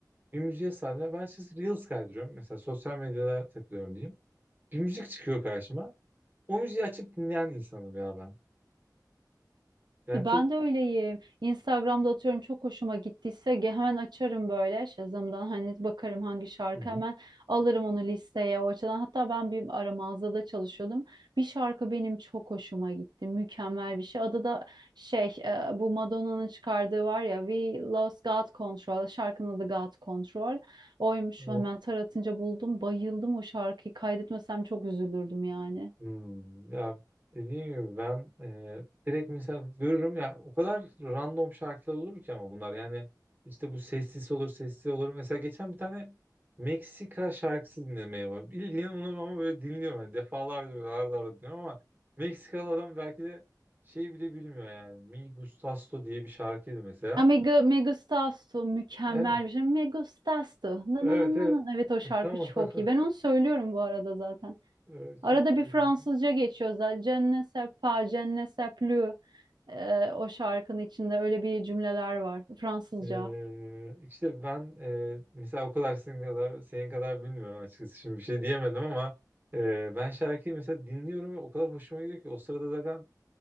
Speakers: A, on the right; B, on the right.
A: bir müziğe sardım. Ben açıkçası Reels kaydırıyorum. Mesela sosyal medyada takılıyorum diyeyim. Bir müzik çıkıyor karşıma. O müziği açıp dinleyen insanım ya ben. Yani
B: E, Ben
A: çok...
B: de öyleyim. Instagram'da atıyorum çok hoşuma gittiyse ge- hemen açarım böyle Shazam'dan hani bakarım hangi şarkı
A: Hı hı.
B: hemen alırım onu listeye o açıdan. Hatta ben bir ara mağazada çalışıyordum. Bir şarkı benim çok hoşuma gitti. Mükemmel bir şey. Adı da şey e, bu Madonna'nın çıkardığı var ya We Lost God Control. Şarkının adı God Control. Oymuş
A: Tamam.
B: hemen taratınca buldum. Bayıldım o şarkıyı. Kaydetmesem çok üzülürdüm yani.
A: Hmm, ya dediğim gibi ben e, direkt mesela görürüm ya o kadar random şarkılar olur ki ama bunlar yani işte bu sessiz olur sessiz olur mesela geçen bir tane Meksika şarkısı dinlemeye var bildiğin onu ama böyle dinliyorum yani defalarca böyle arada arada dinliyorum ama Meksikalı adam belki de şey bile bilmiyor yani Mi Gustasto diye bir şarkıydı mesela
B: Ya Mega, Megustastu mükemmel
A: evet
B: bir şey. Megustastu. Na
A: evet
B: na
A: evet
B: na na. Evet o şarkı
A: <laughs> tamam
B: çok
A: <laughs>
B: iyi. Ben onu söylüyorum bu arada zaten.
A: Evet,
B: Arada
A: çok e,
B: bir Fransızca geçiyor zaten. Je ne sais pas, je ne sais plus. Ee, o şarkının içinde öyle bir cümleler var. Fransızca.
A: Ee, işte ben e, mesela o kadar senin kadar senin kadar bilmiyorum açıkçası şimdi bir şey diyemedim ama e, ben şarkıyı mesela dinliyorum ve o kadar hoşuma gidiyor ki o sırada zaten